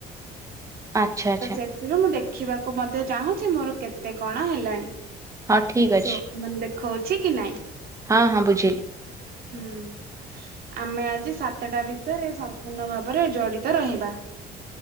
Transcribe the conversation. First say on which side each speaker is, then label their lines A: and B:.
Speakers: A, on the right; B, on the right.
A: ଆଚ୍ଛା ଆଚ୍ଛା।
B: ତ ସେଥିରୁ ମୁଁ ଦେଖିବାକୁ ମଧ୍ୟ ଚାହୁଁଛି ମୋର କେତେ କଣ ହେଲାଣି?
A: ହଁ ଠିକ
B: ସୋ
A: ଅଛି।
B: ମାନେ ଦେଖଉଛି କି ନାଇଁ?
A: ହଁ ହଁ ବୁଝିଗଲି।
B: ହୁଁ ଆମେ ଆଜି ସାତଟା ଭିତରେ ସମ୍ପୂର୍ଣ୍ଣ ଭାବରେ ଜଡିତ ରହିବା।